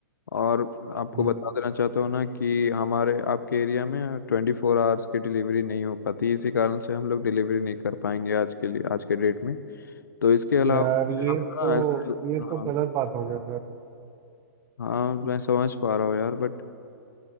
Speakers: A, on the left (about 75°); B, on the right (about 30°).
A: और आपको
B: जी
A: बता देना चाहता हूँ ना कि हमारे आपके एरिया में ट्वेंटी फोर आवर्स की डिलीवरी नहीं हो पाती इसी कारण से हम लोग डिलीवरी नहीं कर पाएंगे आज के लिए आज के डेट में तो इसके अलावा
B: यार
A: आप
B: ये
A: ना
B: तो
A: ऐसे-
B: ये तो
A: हाँ
B: गलत बात हो गया सर
A: हाँ मैं समझ पा रहा हूँ यार बट